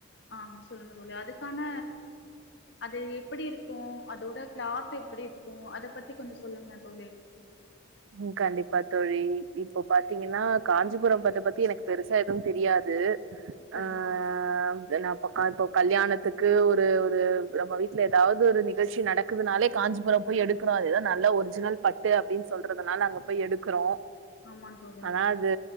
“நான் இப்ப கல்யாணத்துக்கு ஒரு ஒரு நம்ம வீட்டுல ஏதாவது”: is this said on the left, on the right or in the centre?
Right